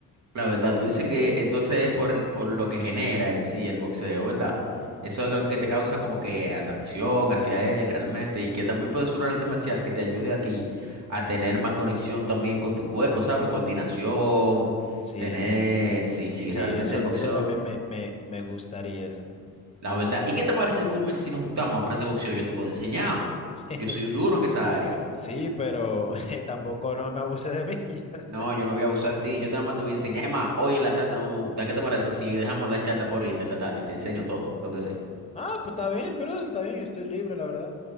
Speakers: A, on the right; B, on the left.
A: La verdad, tú dices que entonces es por, por lo que genera en sí el boxeo, ¿verdad?
B: Ujú.
A: Eso es lo que te causa como que atracción hacia él realmente y que también puede ser un arte marcial que te ayude a ti a tener más conexión también con tu cuerpo, ¿sabes? Coordinación,
B: Sí,
A: tener, sí, sí,
B: sí,
A: realmente
B: eso,
A: el boxeo,
B: eso también me, me, me gustaría, sí.
A: la verdad. ¿Y qué te parece, Wilmer, si nos juntamos a aprender boxeo? Yo te puedo enseñar.
B: <laughs>
A: Yo soy un duro en esa área.
B: Sí, pero <laughs> tampoco no me abuse de mí. <laughs>
A: No, yo no voy a abusar de ti, yo nada más te voy a enseñar. Es más, hoy en la tarde nos vamos a juntar. ¿Qué te parece si dejamos la charla por ahorita en la tarde y te enseño todo, lo que sé?
B: Ah, pues está bien, bro, está bien, estoy libre, la verdad.